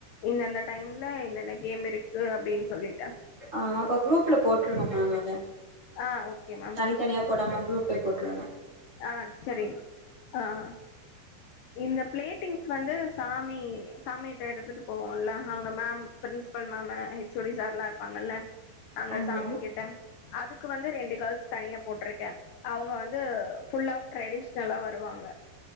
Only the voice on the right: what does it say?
ஆஹ் அப்ப குரூப்ல போற்று ட்ரூவோம் மேம் அத
தனித்தனியா போடாம குரூப்ல போற்றுங்க
மேம்